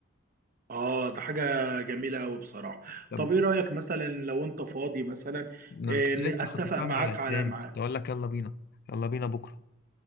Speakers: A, on the right; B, on the left.
A: اه ده حاجة جميلة أوي بصراحة
B: طب
A: طب ايه رأيك مثلا لو انت فاضي مثلا
B: انا
A: إيه،
B: كنت لسه
A: اتفق
B: خطفتها
A: معاك
B: من على اسناني
A: على ميعاد
B: كنت اقول لك يلا بينا يلا بينا بكره